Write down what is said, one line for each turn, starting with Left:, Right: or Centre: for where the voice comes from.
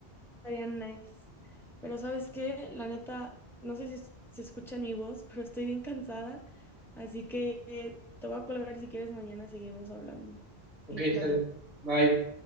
Centre: Estaría nice. Pero ¿sabes qué? La neta, no sé si es- se escucha en mi voz, pero estoy bien cansada. Así que eh, te voy a colgar y si quieres mañana seguimos hablando
Right: Ok,
Centre: y
Right: está
Centre: planeamos.
Right: bien. Bye.